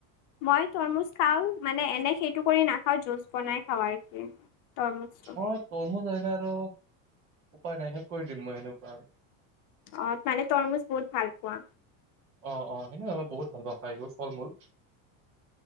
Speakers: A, on the left; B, on the right.
A: মই তৰমুজ খাও মানে এনে সেইটো কৰি নাখাও জুচ বনাই খাওঁ। তৰমুজটো
B: মই তৰমোজ যায় নাই আৰু উপায় নাই শেষ কৰি দিম। মই সেণেকুৱা।
A: অ' মানে তৰমুজ বহুত ভাল পোৱা।
B: অ', অ' সেনে আমি বহুত ভাল এইবোৰ ফল মূল।